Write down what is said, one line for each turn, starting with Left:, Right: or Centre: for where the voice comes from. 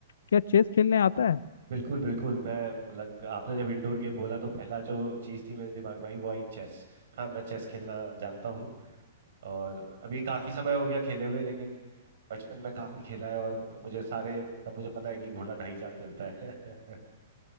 Left: क्या चेस खेलने आता है <laughs>
Right: बिल्कुल बिल्कुल मैं लग आपने जब इंडोर गेम बोला तो पहला जो चीज़ थी मेरे दिमाग में आई वो आई चेस हाँ मैं चेस खेलना जानता हूँ और अभी काफी समय हो गया खेले हुए लेकिन बचपन में काफी खेला है और मुझे सारे मतलब मुझे पता है कि घोड़ा ढाई चाल चलता है <laughs>